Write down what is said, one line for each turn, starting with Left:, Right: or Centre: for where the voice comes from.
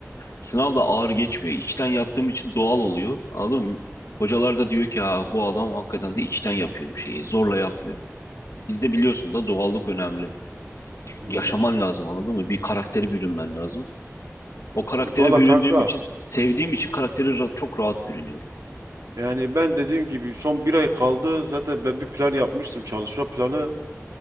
Left: sınav da ağır geçmiyor. İçten yaptığım için doğal oluyor. Anladın mı? Hocalar da diyor ki ha, bu adam hakikaten de içten yapıyor bu şeyi. Zorla yapmıyor. Bizde biliyorsun da doğallık önemli.
Right: Hmm.
Left: yaşaman lazım anladın mı? Bir karaktere bürünmen lazım. O karaktere
Right: Valla
Left: büründüğüm
Right: kanka
Left: için, sevdiğim için karakteri ra- çok rahat bürünüyorum.
Right: Yani ben dediğim gibi son bir ay kaldı. Zaten ben bir plan yapmıştım. Çalışma planı